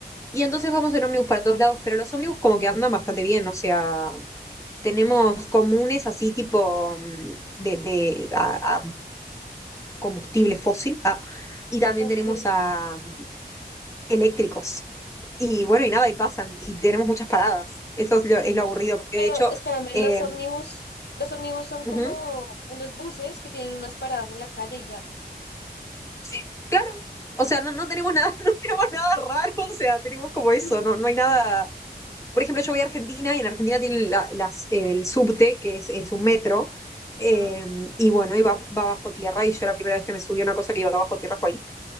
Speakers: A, on the left (about 15°); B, on the left (about 80°).
A: Y entonces vamos en ómnibus para todos lados, pero los ómnibus como que andan bastante bien, o sea, tenemos comunes así tipo mm, de, de a, combustible fósil, ah, y también
B: Ok.
A: tenemos a mm, eléctricos. Y bueno, y nada, y pasan, y tenemos muchas paradas. Eso es lo, es lo aburrido, porque
B: Pero
A: de hecho,
B: espérame,
A: eh,
B: los ómnibus, los ómnibus son como
A: ujú,
B: unos buses que tienen unas paradas en la calle y ya.
A: sí, claro, o sea, no, no tenemos nada, <laughs> no tenemos nada raro, o sea, tenemos como eso,
B: Ujú.
A: no, no hay nada. Por ejemplo, yo voy a Argentina y en Argentina tienen la- las, el subte, que es, es un metro,
B: Ajá.
A: eh, y bueno, y va, va bajo tierra, y yo la primera vez que me subí a una cosa que iba bajo tierra fue ahí,